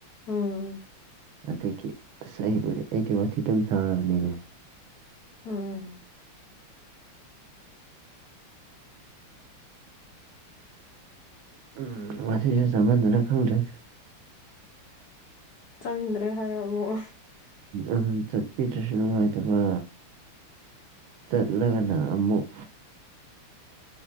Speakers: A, on the left (about 65°); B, on the right (about 70°).
A: ꯎꯝ
B: ꯑꯗꯨꯒꯤ ꯑꯁ ꯑꯩꯕꯨꯗꯤ ꯑꯩꯗꯤ ꯋꯥꯊꯤ ꯑꯗꯨꯝ ꯁꯥꯥꯔꯕꯅꯤꯅꯦ
A: ꯍꯝ
B: ꯎꯝ ꯉꯁꯤꯁꯨ ꯆꯞꯃꯥꯟꯗꯅ ꯈꯪꯗ꯭ꯔꯦ
A: ꯆꯪꯗ꯭ꯔꯦ ꯍꯥꯏꯌꯨ ꯑꯃꯨꯛ
B: ꯎꯝ ꯆꯠꯄꯤꯗ꯭ꯔꯁꯨ ꯅꯨꯡꯉꯥꯏꯇꯕ ꯆꯠꯂꯒꯅ ꯑꯃꯨꯛ